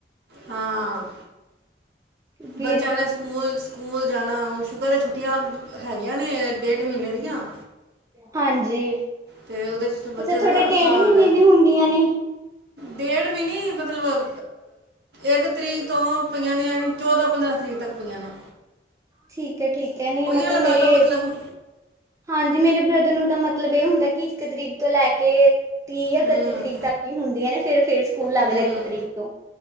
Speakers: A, on the right (about 70°); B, on the right (about 20°).
A: ਹਾਂ।
B: ਕਿ।
A: ਬੱਚਿਆਂ ਨੇ ਸਕੂਲ-ਸਕੂਲ ਜਾਣਾ, ਸ਼ੁਕਰ ਏ ਛੁੱਟੀਆਂ ਹੈਗੀਆਂ ਨੇ ਡੇਢ ਮਹੀਨੇ ਦੀਆਂ।
B: ਹਾਂਜੀ,
A: ਤੇ ਉਹਦੇ ਚ ਬੱਚਾ
B: ਅੱਛਾ ਤੁਹਾਡੇ
A: ਥੋੜਾ ਅਸਾਂ
B: ਡੇਢ ਮਹੀਨੇ
A: ਆਂਦਾ ਹੈ।
B: ਦੀ ਹੁੰਦੀਆਂ ਨੇ?
A: ਡੇਢ ਵੀ ਨਹੀਂ ਮਤਲਬ ਇੱਕ ਤਰੀਕ ਤੋਂ ਪਈਆਂ ਨੇ ਐਵੀ ਚੌਦਾਂ ਪੰਦਰਾਂ ਤਰੀਕ ਤੱਕ ਪਈਆਂ ਨੇ।
B: ਠੀਕ ਹੈ -ਠੀਕ ਹੈ ਨੀ
A: ਉਹੀਓ
B: ਮਤਲਬ
A: ਲਗਾ
B: ਮੇਰੇ
A: ਲਓ ਮਤਲਬ
B: ਹਾਂਜੀ, ਮੇਰੇ ਬ੍ਰਦਰ ਨੂੰ ਤਾਂ ਮਤਲਬ ਇਹ ਹੁੰਦਾ ਕਿ ਇੱਕ ਤਰੀਕ ਤੋਂ ਲੈ ਕੇ ਤੀਹ ਜਾਂ ਇਕੱਤੀ
A: ਹੂੰ
B: ਤਰੀਕ ਤੱਕ ਹੀ ਹੁੰਦੀਆਂ ਨੇ, ਫੇਰ -ਫੇਰ ਸਕੂਲ ਲੱਗਦਾ
A: ਹੂੰ
B: ਇੱਕ ਤਰੀਕ ਤੋਂ।